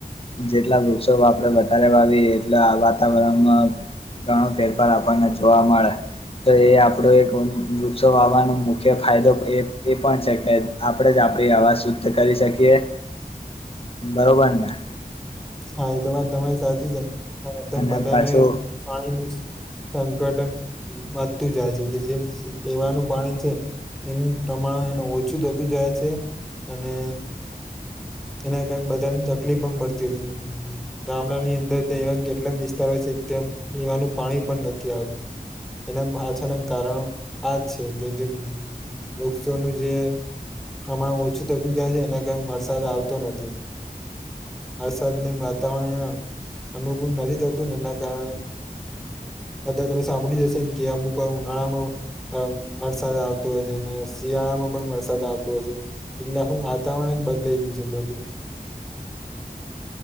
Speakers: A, on the left; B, in the centre.
A: જેટલા વૃક્ષો આપણે વધારે વાવીએ એટલા વાતાવરણમાં ઘણો ફેરફાર આપણને જોવા મળે. તો એ આપણો એક વૃક્ષો વાવાનો મુખ્ય ફાયદો એ પણ છે કે આપણે આપણી અવાજ શુદ્ધ કરી શકીએ, બરોબર ને.
B: હા, એ તો વાત તમારી સાચી છે.
A: અને
B: બધાને
A: પાછું
B: પાણી સંકટ વધતું જાય છે કે, જેમ પીવાનું પાણી છે. એનું તમારનું ઓછું થતું જાય છે અને એના કારણ બધાની તકલીફ પણ પડતી હતી.
A: <unintelligible>
B: ગામડાની અંદર ત્યા એવા કેટલા વિસ્તારો છે, ત્યાં પીવાનું પાણી પણ નથી આવતું. એના પાછાના કારણો આજ છે કે જે વૃક્ષોનું જે હમણા ઓછું થતું જાય છે, એને કેમ વરસાદ આવતો નથી. વાતાવરણ અનુકૂળ નથી થતું, એના કારણે અત્યારે તમે સાંભળ્યું જશે ને કે અમુક ઉનાળામાં અ વરસાદ આવતો હોય છે અને શિયાળામાં પણ વરસાદ આવતો હોય છે, એટલે આખું વાતાવરણ બદલાઈ ગયું છે બધું.
A: <unintelligible>